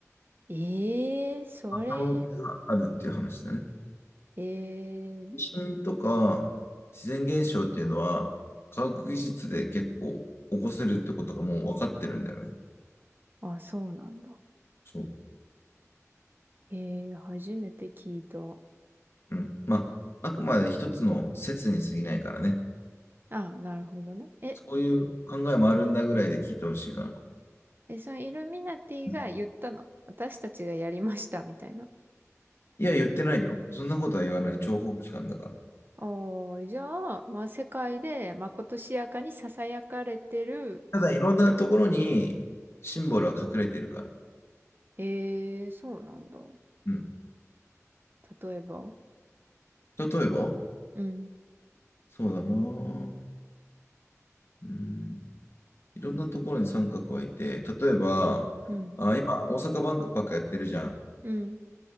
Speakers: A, on the right (about 40°); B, on the left (about 50°).
A: ええ、それ、
B: 可能性があるっていう話だね。
A: ええ、
B: 地震とか自然現象っていうのは、科学技術で結構起こせるってことがもう分かってるんだよね。
A: あ、そうなんだ。
B: そう。
A: ええ、初めて聞いた。あ
B: うん。まあ、あくまで一つの説に過ぎないからね。
A: あ、なるほどね。え、
B: そういう考えもあるんだぐらいで聞いてほしいかな。
A: え、そのイルミナティが言ったの私たちがやりました、
B: うん
A: みたいな。
B: いや、言ってないよ。そんなことは言わない。諜報機関だから。
A: おー、じゃあ、まあ、世界でまことしやかに囁かれてる。
B: ただいろんなところにシンボルは隠れてるから。
A: ええ、そうなんだ。
B: うん。
A: 例えば。
B: 例えば、
A: うん、
B: そうだな。うん。いろんなところに三角はいて、例えば、
A: うん。
B: 大阪万博やってるじゃん。
A: うん